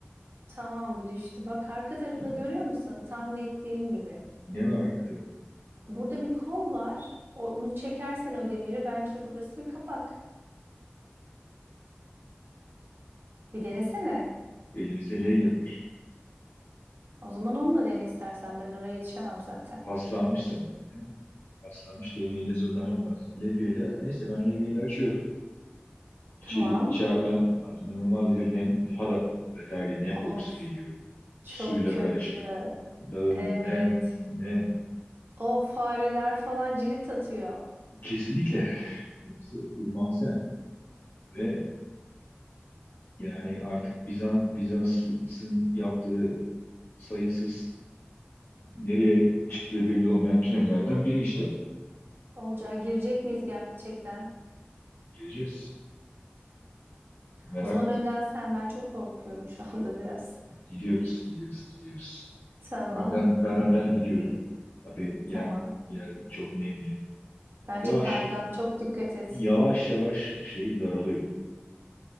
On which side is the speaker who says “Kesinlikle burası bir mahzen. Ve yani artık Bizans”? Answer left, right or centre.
Left